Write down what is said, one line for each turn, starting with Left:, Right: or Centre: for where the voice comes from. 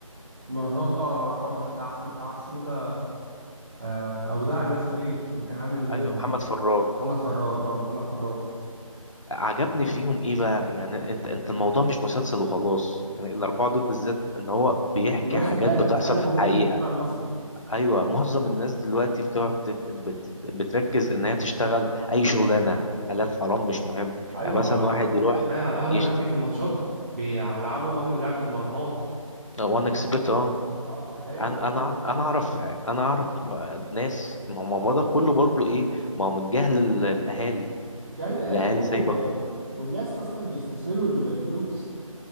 Right: مراهنات اه برضه حتى أح- بتاع اسمه ده آه، ابو دعني ده اسمه ايه اللي كان عامل آه،
Left: ايوه محمد فراج
Right: محمد فراج اه محمد فراج
Left: عجبني فيهم ايه بقى يعني انت انت الموضوع مش مسلسل وخلاص يعني الاربعه دول بالذات ان هو بيحكي
Right: بيمارسوا
Left: حاجات
Right: حاله
Left: بتحصل
Right: حاله
Left: في
Right: موجوده
Left: الحقيقه
Right: في المجتمع المصري
Left: ايوه معظم الناس دلوقتي بتقعد تت- بت- بتركز ان هي تشتغل اي شغلانه حلال حرام مش مهم
Right: ايوه
Left: يعني مثلا
Right: انا
Left: واحد يروح
Right: معايا على القهوه
Left: يشت...
Right: جنبي في الماتشات بيلعبوا من لعبه المراهنات
Left: وان اكسبت اه
Right: اه انت فاهم
Left: انا
Right: فهم
Left: انا
Right: عندهم حق
Left: انا اعرف انا اعرف ناس ما هو ما هو ده كله برضو ايه ما هو من جهل ال- الاهالي
Right: جهل الاهالي
Left: الاهالي
Right: اه وال...
Left: سايبه
Right: والناس اصلا بيستسهلوا الفلوس